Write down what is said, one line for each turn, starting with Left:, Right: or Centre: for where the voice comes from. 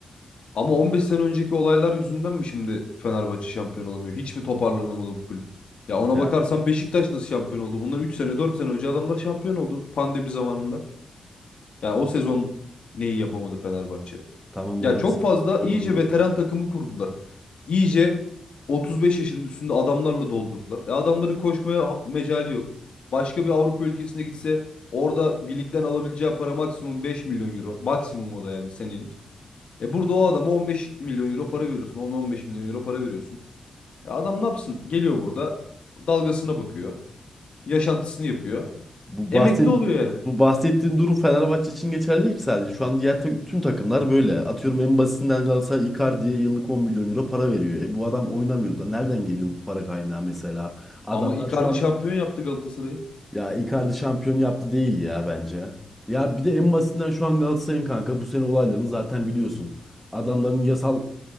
Left: ama 15 sene önceki olaylar yüzünden mi şimdi Fenerbahçe şampiyon olamıyor? Hiç mi toparlanamadı bu kulüp? Ya ona
Centre: Ya
Left: bakarsan Beşiktaş nasıl şampiyon oldu? Bundan 3 sene 4 sene önce adamlar şampiyon oldu pandemi zamanında. Yani o sezon neyi yapamadı Fenerbahçe?
Centre: tamam
Left: Ya
Centre: orası
Left: çok fazla
Centre: doğru.
Left: iyice veteran takımı kurdular. İyice 35 yaşının üstünde adamlarla doldurdular. E adamların koşmaya ha- mecali yok. Başka bir Avrupa ülkesine gitse orada birlikten alabileceği para maksimum 5 milyon euro. Maksimum o da yani senelik. E burada o adama 15 milyon euro para veriyorsun. 10-15 milyon euro para veriyorsun. E adam ne yapsın? Geliyor burada dalgasına bakıyor. Yaşantısını yapıyor.
Centre: Bu
Left: Emekli
Centre: bahset
Left: oluyor yani.
Centre: bu bahsettiğin durum Fenerbahçe için geçerli değil ki sadece. Şu an diğer ta- tüm takımlar böyle. Atıyorum en basitinden Galatasaray Icardi'ye yıllık 10 milyon euro para veriyor. E bu adam oynamıyor da nereden geliyor bu para kaynağı mesela? Adamlar
Left: Ama Icardi
Centre: şu an
Left: şampiyon yaptı Galatasaray'ı.
Centre: ya Icardi şampiyon yaptı değil ya bence. Ya bir de en basitinden şu an Galatasaray'ın kanka bu sene olaylarını zaten biliyorsun. Adamların yasal